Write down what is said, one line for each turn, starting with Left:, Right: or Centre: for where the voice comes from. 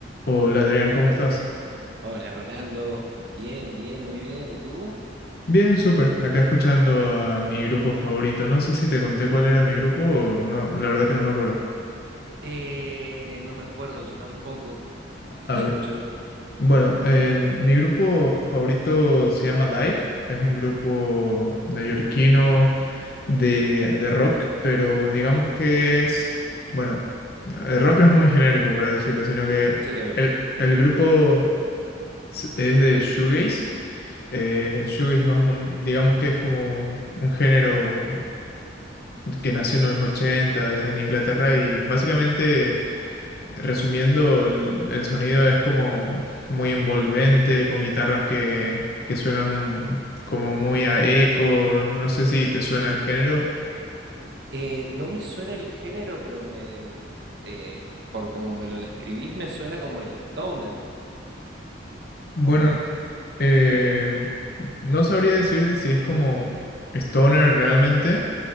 Left: Hola Adrián, ¿cómo estás?
Right: Hola Rolando, bien, bien, muy bien. ¿Y tú?
Left: Bien, súper. Acá escuchando a mi grupo favorito. No sé si te conté cuál era mi grupo o no, la verdad que no me acuerdo.
Right: Eh, no me acuerdo yo tampoco. ¿Qué
Left: A
Right: estás
Left: ver,
Right: escuchando?
Left: bueno, en- mi grupo favorito se llama Dive. Es un grupo neoyorquino de, de rock, pero digamos que es, bueno, el rock no es muy genérico para decirlo, sino que
Right: Sí, obvio.
Left: el, el grupo s- es de shoegaze. Eh, el shoegaze, vamos, digamos que es como un género que nació en los 80 en Inglaterra y básicamente, resumiendo, el, el sonido es como muy envolvente, con guitarras que, que suenan como muy a eco, no sé si te suena el género.
Right: Eh, no me suena el género, pero me, eh, por como me lo describís, me suena como el stoner,
Left: Bueno,
Right: ¿o no?
Left: eh, no sabría decirte si es como stoner realmente.